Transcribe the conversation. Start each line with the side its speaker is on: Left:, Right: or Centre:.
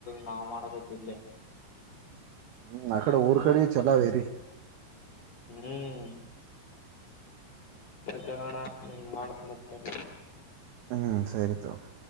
Left: ನಾ ಮಾಡಬೇಕ ಇಲ್ಲಿ.
Right: ಹ್ಮ್ ಅಕಡೆ ಊರ್ ಕಡೆ ಚಲೋವೇರಿ.
Left: ಹ್ಮ್ ತಗೋಣನ್ ನಿಂಗ ಮಾಡತ್ನ ಮತ್ತೆ.
Right: ಹ್ಮ್ ಸರಿ ತೊಗೊ.